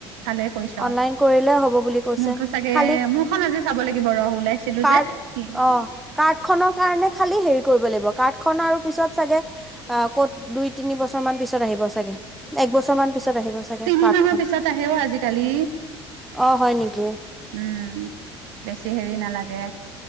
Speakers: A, on the right; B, in the centre.
A: ভালে কৰিছ,
B: অনলাইন কৰিলে হ'ব বুলি কৈছে
A: মোৰতো চাগে,
B: খালি
A: মোৰখন আজি চাব লাগিব ৰ ওলাইছিলো
B: কাৰ্ড
A: যে। উম।
B: অ', কাৰ্ড খনৰ কাৰণে খালি হেৰি কৰিব লাগিব, কাৰ্ড খন আৰু পিছত চাগে অ', ক'ত দুই তিনি বছৰ মান পিছত আহিব চাগে, এক বছৰ মান পিছত আহিব চাগে।
A: তিনি
B: কাৰ্ডখন
A: মাহৰ পিছত আহে অ' আজিকালি।
B: অ হয় নেকি
A: উম, বেছি হেৰি নালাগে।